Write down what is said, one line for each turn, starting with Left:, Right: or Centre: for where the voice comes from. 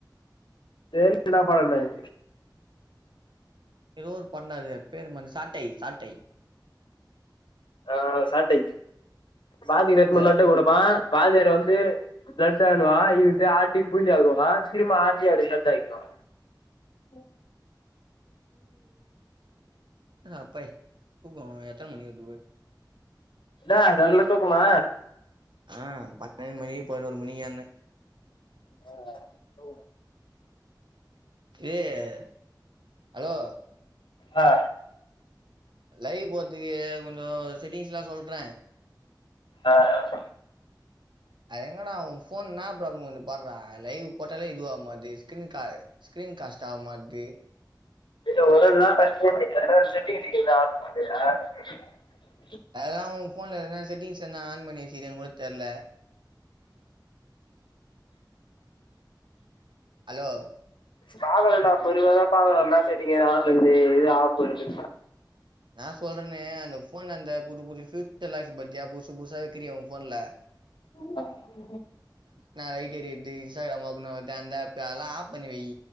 Left: <inaudible> லா பண்ண கூடாது
Right: எதோ ஒரு பன்னது பேருமந்து சாட்டை சாட்டை
Left: ஆஹ் சாட்டை பாதில எத்னுபோய்
Right: அது
Left: லட்டு குடுப்பா பாதியர வந்து
Right: அ
Left: லட்டாலுவா இவ இப்டே ஆட்டி பூந்தியாக்குவ திரும்ம ஆத்தி அத லட் ஆக்கிடுவ உம்
Right: அப்பாடி தூக்கோ எத்தன மணிக்கு வருது பார்
Left: என்னா நல்ல தூக்கமா?
Right: ஆஹ் பன்னெண்டு மணிகு பதினொரு மணிக்கு ஏந்த
Left: ஆஹ்
Right: ஏய் ஹலோ
Left: ஆ
Right: லைவ் போறத்திக்கே கொஞ்சோ செட்டிங்ஸ்லா சொல்ற
Left: ஆஹ்
Right: அட எங்கடா ஒ ஃபோன் என்னா ப்ராப்ளம் உன்து பார்ரா லைவ் போட்டாலே இதுவாவமாட்து ஸ்கீனு கா <unintelligible> ஸ்கீரின் காஷ்ட் ஆவ மாட்து
Left: <inaudible>
Right: அதல்லா உ ஃபோன்ல எதனா செட்டிங்ஸ் எதனா ஆன் பண்ணி சீரியானு கூட தெர்ல ஹலோ
Left: பாக்கணுடா பொருமியதா பாக்கணு என்னா செய்து எது ஆஃப்ல இருக்குது எது ஆஃப்ல இருக்
Right: நா சொல்றனே அந்த ஃபோன் அந்த புது புது ஃபியூச்சர்ஸ்ல்லா பாத்தியா புதுசு புதுசா வெக்கிறிய உன் ஃபோன்ல
Left: உ <inaudible>
Right: லைட் எரியத்து இன்ஸ்டாகிராம அப்ப அந்த ஆப் எல்லா ஆப் பண்ணி வய்